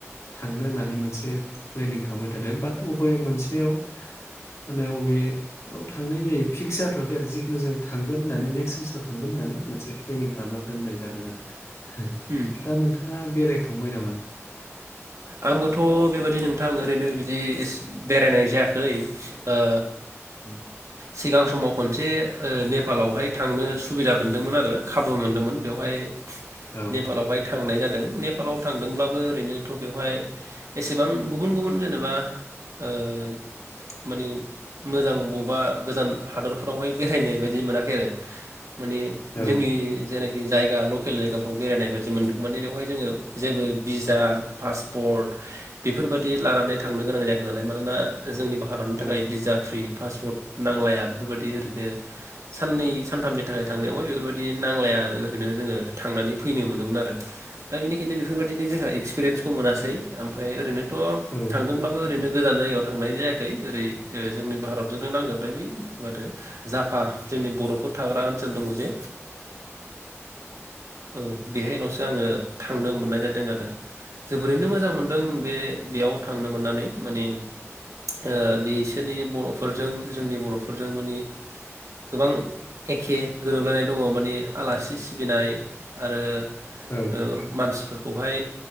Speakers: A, on the left (about 70°); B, on the right (about 80°).
A: थांनो होननानै मोनसे प्लेनिं खालामबाय थादों बाट अबे मोनसेयाव माने अबेयाव थांनाय जायो फिक्स जाथ'वाखै आरो जिखुनु जों थांगोन होननानै नेक्स्ट बोसोराव थांगोन होननानै मोनसे प्लेनिं खालामना होननाय जादों आरो।
B: उम
A: दा नोंथाङा बेरायख खांबाय नामा
B: आंबोथ' बेबायाददि नोंथां ओरैनो बेबायदि बेरायनाय जायाखै ओ
A: अम
B: सिगां समाव खनसे ओ नेपालावहाय थांनो सुबिदा मोनदोंमोन आरो खाबु मोनदोंमोन। बेवहाय
A: औ
B: नेपालावहाय थांनाय जादों नेपालाव थांदोंब्लाबो नोथ' बेवहाय एसेबां गुबुन गुबुन जेनेबा ओ मानि मोजां बबेबा गोजान हादरफोरावहाय बेरायनाय बायदि मोनाखै आरो माने
A: औ
B: जोंनि जेरै जायगा लकेल जायगाफ्राव बेरायनाय बायदि मोन्दों माने बेवहाय जोङो जेबो बिजा पासपर्ट बेफोरबायाददि लानानै थांनो गोनां जायाखै नालाय मानोना जोंनि भारतनि थाखाय
A: औ
B: बिजा फ्रि पासपर्ट नांलाया बेफोरबायदि ओरैनो साननै सानथामनि थाखाय थांनायावहाय बेफोरबायदि नांलाया आरो ओरैनो जोङो थांनानै फैनो मोनोमोन आरो दा बेनि इनो बेफोरबायदि जोंहा एक्स पिरिेन्सखौ मोनासै ओमफ्राय ओरैनो थ'
A: औ
B: थांदोंब्लाबो ओरैनो गोजान जायगायाव थांनाय जायाखै <inaudible> ओरै ओ जोंनो भारतजोंनो नांजोबबाय बै माथ जाफा जोंनि बर'फोर थाग्रा ओनसोल दङ जे औ बेहायल'सो आङो थांनो मोननाय जादों आरो। ओरैनो मोजां मोनदों बे-बेयाव थांनो मोननानै माने ओ बिसोरनि बर'फोरजों जोंनि बर'फोरजों माने गोबां एखे गोरोबलायनाय दङ माने आलासि सिबिनाय आरो
A: औ
B: ओ मानसिफोर बहाय